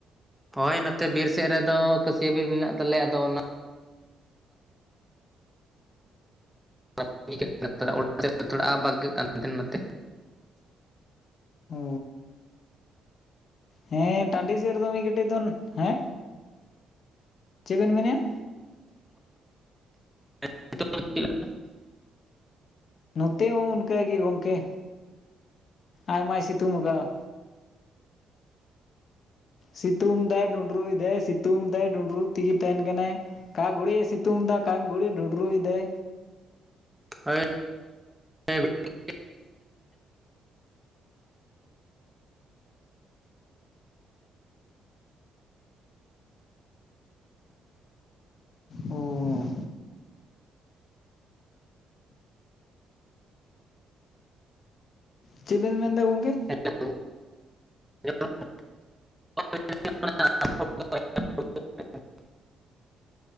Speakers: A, in the centre; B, on the left.
A: ᱦᱳᱭ ᱱᱚ ᱛᱮ ᱵᱤᱨ ᱥᱮᱫ ᱨᱮ ᱫᱚ ᱠᱟᱹᱥᱭᱟᱹ ᱵᱤᱨ ᱢᱮᱱᱟᱜ ᱛᱟᱞᱮ ᱭᱟ ᱟᱫᱚ ᱚᱱᱟᱼᱼ <unintelligible>
B: ᱚ ᱦᱮᱸ ᱴᱟᱺᱰᱤ ᱥᱮᱨᱫᱚ ᱢᱤᱫ ᱠᱟᱹᱴᱮᱡ ᱫᱚ ᱦᱮᱸ ᱪᱮᱫ ᱵᱮᱱ ᱢᱮᱱᱮᱫᱼᱟ?
A: <unintelligible>
B: ᱱᱚᱛᱮ ᱦᱚᱸ ᱚᱱᱠᱟ ᱜᱮ ᱜᱚᱝᱠᱮ ᱟᱭᱢᱟᱭ ᱥᱤᱛᱩᱝᱠᱼᱟ ᱾ ᱥᱤᱛᱩᱝ ᱫᱟᱭ ᱰᱩᱸᱰᱨᱩᱭ ᱫᱟᱭ ᱥᱤᱛᱩᱝ ᱫᱟᱭ ᱰᱩᱸᱰᱨᱩᱜ ᱛᱤᱜᱤ ᱛᱟᱦᱮᱱ ᱠᱟᱱᱟᱭ ᱠᱟ ᱜᱷᱩᱲᱤᱡ ᱮ ᱥᱤᱛᱩᱝ ᱫᱟ, ᱴᱟᱤᱢ ᱜᱩᱲᱤ ᱰᱩᱰᱨᱩᱭ ᱫᱟᱭ
A: ᱦᱳᱭ <unintelligible>
B: ᱚᱻ ᱪᱮᱫ ᱵᱮᱱ ᱢᱮᱱ ᱫᱟ ᱜᱚᱝᱠᱮ
A: ᱦᱮᱞᱳ ᱦᱮᱞ <unintelligible> <inaudible>